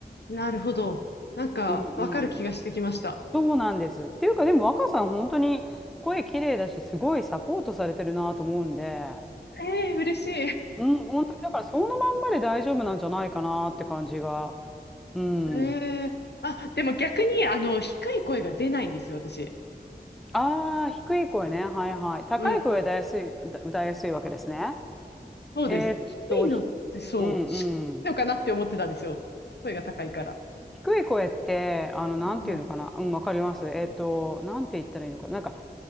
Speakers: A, on the left; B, in the centre.
A: ん。なるほど。なんか、
B: うん
A: わかる気がしてきました。
B: うん。そうなんです。っていうか、でも若さん、本当に声綺麗だし、すごいサポートされてるなと思うんで、
A: ええ嬉しい。
B: うん、本当にだからそのまんまで大丈夫なんじゃないかなって感じが。うん。
A: ええあ、でも逆に、あの、低い声が出ないんですよ、私。
B: ああ、低い声ね。はいはい。高い声は歌いやすい、
A: うん。
B: 歌歌いやすいわけですね。
A: そうです。
B: えーっと、
A: 低いのってそう、
B: ひうん
A: 低いのかなって思ってたんですよ。
B: うん。
A: 声が高いから。
B: 低い声って、あの、なんていうのかな。
A: うん。
B: うん、わかります。えーっと、なんて言ったらいいのかな。なんか、